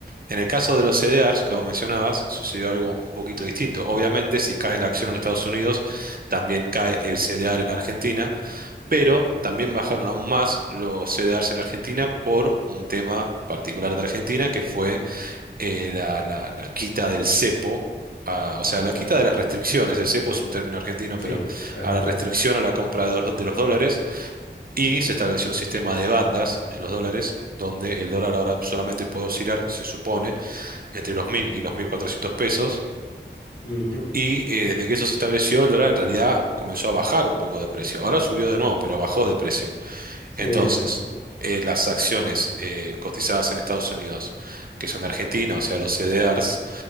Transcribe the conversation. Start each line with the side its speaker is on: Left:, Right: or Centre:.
Right: En el caso de los CDRs que vos mencionabas, sucedió algo un poquito distinto. Obviamente, si cae la acción en Estados Unidos, también cae el CDR en Argentina, pero también bajaron aún más los CDRs en Argentina por un tema particular de Argentina, que fue eh, la, la- la quita del cepo, a- o sea, la quita de las restricciones. El cepo es un término argentino, pero
Left: sí, es
Right: a
Left: verdad.
Right: la restricción a la compra de los de los dólares y se estableció un sistema de bandas en los dólares. donde el dólar ahora solamente puede oscilar, se supone, entre los 1.000 y los 1.400 pesos.
Left: ujú.
Right: Y eh, desde que eso se estableció, el dólar en realidad comenzó a bajar un poco de precio. Ahora subió de nuevo, pero bajó de precio.
Left: Sí,
Right: Entonces,
Left: el...
Right: eh, las acciones eh, cotizadas en Estados Unidos, que son de Argentina, o sea, los CDRs,